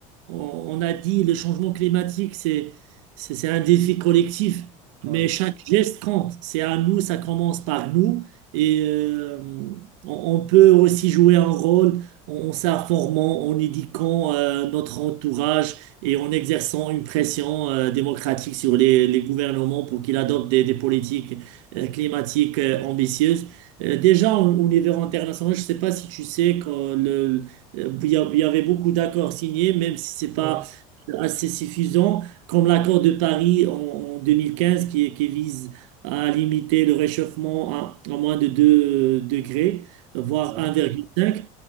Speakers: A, on the right; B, on the right.
A: on a dit le changement climatique, c'est, c'est, c'est un défi collectif, mais
B: Oui,
A: chaque geste compte. C'est à nous, ça commence par nous. Et euh, on, on peut aussi jouer un rôle en, en s'informant, en éduquant euh, notre entourage et en exerçant une pression euh, démocratique sur les, les gouvernements pour qu'ils adoptent des, des politiques euh, climatiques euh, ambitieuses. Euh, déjà, au au niveau international, je ne sais pas si tu sais que le, euh, Il y a- il y avait beaucoup d'accords signés, même si c'est pas
B: oui,
A: assez suffisant, comme l'accord de Paris en, en 2015 qui, qui vise à limiter le réchauffement à, à moins de 2 euh, degrés, voire
B: oui,
A: 1,5.